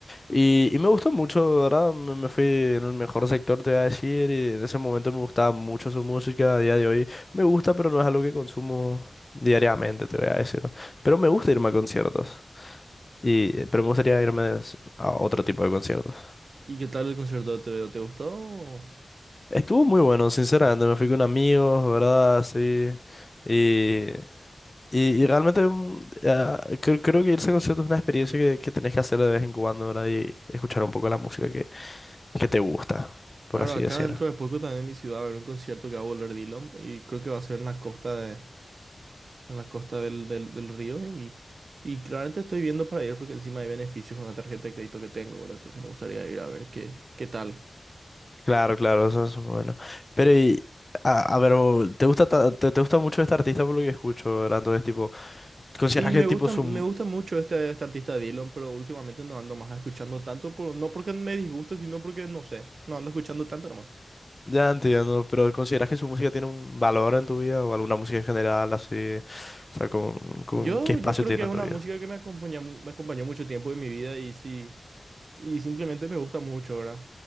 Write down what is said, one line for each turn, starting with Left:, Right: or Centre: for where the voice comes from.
Left: Y, y me gustó mucho, ¿verdad? Me, me fui en el mejor sector, te voy a decir, y en ese momento me gustaba mucho su música, a día de hoy me gusta, pero no es algo que consumo diariamente, te voy a decir. Pero me gusta irme a conciertos. Y, pero me gustaría irme a otro tipo de conciertos.
Right: ¿Y qué tal el concierto de Te veo ¿Te gustó?
Left: Estuvo muy bueno, sinceramente. Me fui con amigos, ¿verdad? Sí. Y, y, y realmente mm, ah, cre- creo, que irse a conciertos es una experiencia que, que tenés que hacer de vez en cuando, ¿verdad? Y escuchar un poco la música que, que te gusta, por
Right: Claro,
Left: así
Right: acá
Left: decirlo.
Right: dentro de poco también en mi ciudad va a haber un concierto que va a volver Dylan y creo que va a ser en la costa de, en la costa del, del, del río y, y claramente estoy viendo para ir porque encima hay beneficios con la tarjeta de crédito que tengo, ¿verdad? Entonces me gustaría ir a ver qué, qué tal.
Left: Claro, claro, eso es bueno. Pero, y, a, a ver, o- ¿te gusta, ta- te, te gusta mucho este artista por lo que escucho, ¿verdad? Entonces, tipo, ¿consideras
Right: Sí, me
Left: que tipo
Right: gusta,
Left: su,
Right: me gusta mucho este, este artista Dylan, pero últimamente no ando más escuchando tanto, por, no porque me disguste, sino porque no sé, no ando escuchando tanto nomás.
Left: Ya entiendo, pero ¿consideras que su música tiene un valor en tu vida o alguna música en general así? O sea, ¿con, con
Right: Yo,
Left: qué espacio
Right: yo creo
Left: tiene
Right: que es
Left: en
Right: una
Left: tu vida?
Right: música que me acompaña, mu- me acompañó mucho tiempo en mi vida y sí. Y simplemente me gusta mucho, ¿verdad?